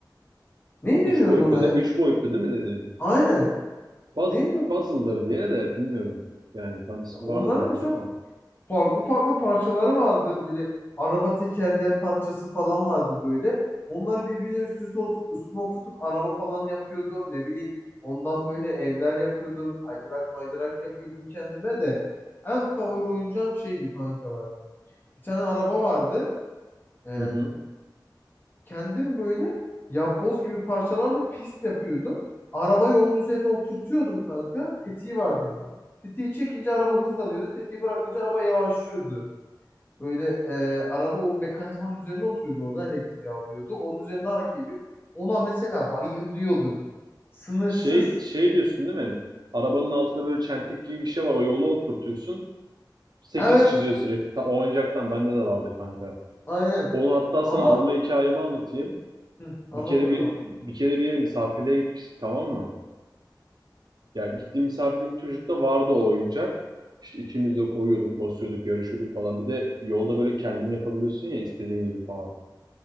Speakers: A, on the left; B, on the right.
A: Ne deniyordu
B: Üç boyutlu
A: ona?
B: değil mi? Üç boyutlu değil mi dedin?
A: Aynen.
B: Puz,
A: Neydi? o?
B: puzzle'ları diye de bilmiyorum. Yani tam ismi
A: Onların
B: vardır belki
A: mesela
B: ama.
A: farklı farklı parçaları vardı böyle. Araba tekerleği parçası falan vardı böyle. Onları birbirine üst üste ot- üstüne oturtup araba falan yapıyordum. Ne bileyim ondan böyle evler yapıyordum. Kaydırak maydırak yapıyordum kendime de. En favori oyuncağım şeydi kanka bak. Bir tane araba vardı. Ee,
B: Hı hı.
A: kendim böyle yapboz gibi parçalarla pist yapıyordum. Arabayı onun üzerine oturtuyordum kanka. Tetiği vardı bir de. Tetiği çekince araba hızlanıyordu. Tetiği bırakınca araba yavaşlıyordu. Böyle e, araba o mekanizmanın üzerine oturuyordu. Oradan elektriği alıyordu. Onun üzerinde hareket ediyor. Ona mesela bayılıyordum. Sınırsız.
B: Şey, şey diyorsun değil mi? Arabanın altında böyle çentik gibi bir şey var. O yola oturtuyorsun. Sekiz
A: Evet.
B: çiziyor sürekli. Ta, o oyuncaktan bende de vardı kanka.
A: Aynen.
B: Onu hatta sana
A: Ama
B: alma hikayemi anlatayım.
A: hı, anlat
B: Bir kere
A: bakalım.
B: bir bir kere bir yere misafirliğe gitmiştik tamam mı? Ya gittiğim misafirlik çocukta vardı o oyuncak. İşte ikimiz de koyuyorduk, basıyorduk, yarışıyorduk falan. Bir de yolda böyle kendin yapabiliyorsun ya istediğin gibi falan.